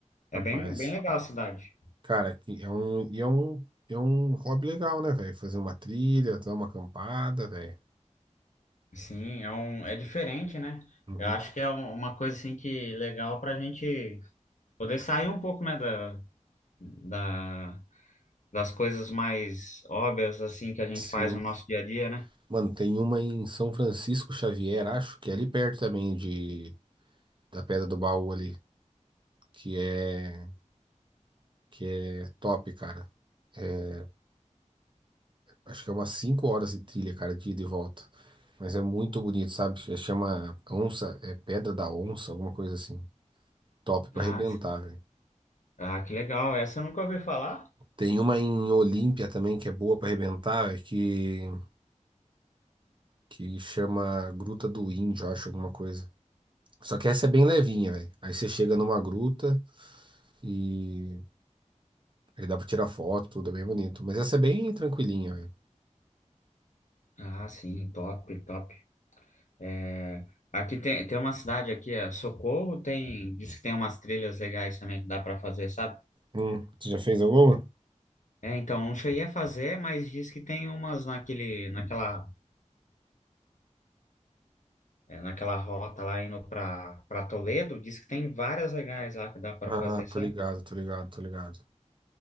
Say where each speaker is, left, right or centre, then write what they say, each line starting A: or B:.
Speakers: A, on the left (about 75°); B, on the right (about 40°).
A: É
B: rapaz.
A: bem, bem legal a cidade.
B: Cara, que é um e é um é um hobby legal, né, velho? Fazer uma trilha, dar uma acampada, velho.
A: Sim, é um, é diferente, né?
B: <clears throat>
A: Eu acho que é um- uma coisa assim que legal para a gente poder sair um pouco, né, da, da, das coisas mais óbvias assim que a gente
B: Sim.
A: faz no nosso dia a dia, né?
B: Mano, tem uma em São Francisco Xavier, acho, que é ali perto também de, da Pedra do Baú ali, que é, que é top, cara. É, acho que é umas 5 horas de trilha, cara, de ida e volta. Mas é muito bonito, sabe? É- Chama Onça, é Pedra da Onça, alguma coisa assim. Top pra
A: Ah,
B: arrebentar, velho.
A: ah, que legal. Essa eu nunca ouvi falar.
B: Tem uma em Olímpia também que é boa pra arrebentar, véio, que, que chama Gruta do Índio, acho, alguma coisa. Só que essa é bem levinha, velho. Aí você chega numa gruta e aí dá pra tirar foto, tudo é bem bonito. Mas essa é bem tranquilinha, velho.
A: Ah, sim, top, top. É, aqui tem, tem uma cidade aqui, é Socorro, tem, diz que tem umas trilhas legais também que dá para fazer, sabe?
B: Hum, você já fez alguma?
A: É, então, não cheguei a fazer, mas diz que tem umas naquele, naquela é, naquela rota lá indo para para Toledo, diz que tem várias legais lá que dá para
B: Ah,
A: fazer, sabe?
B: tô ligado, tô ligado, tô ligado.